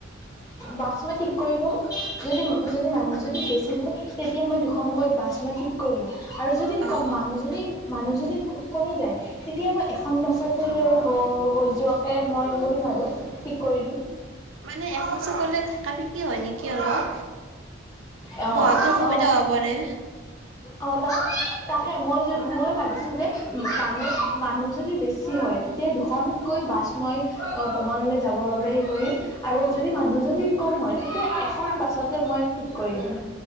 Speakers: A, on the right; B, on the left.
A: অ
B: বাছ
A: অ অ অ
B: মে ঠিক কৰি থুম যদি যদি মানুহ যদি বেছি হয় তেতিয়া মই দুখনকৈ বাছ মই ঠিক কৰিম আৰু যদি
A: অ অ
B: কম
A: অ
B: মানুহজনী মানুহ যদি কমি যায় তেতিয়া মই এখন বাছতে হৈ যোৱাকৈ মই কৰিম আৰু ঠিক কৰি দিম
A: মানে এখন চকলে থাকা থাকি হয় নেকি অলপ
B: আহ
A: বহাতো অসুবিধা
B: আহ
A: হ'ব পাৰে
B: আহ তাকে তাকে মই য ময় ভাবিছো যে মানুহ মানুহ যদি বেছি হয় তেতিয়া দুখন কৈ বাছময় অ ভৱনলৈ যাবৰ বাবে সেই কৰিম আৰু যদি মানুহ যদি কম হয় তেতিয়া এখন বাছতে মই ঠিক কৰি দিম।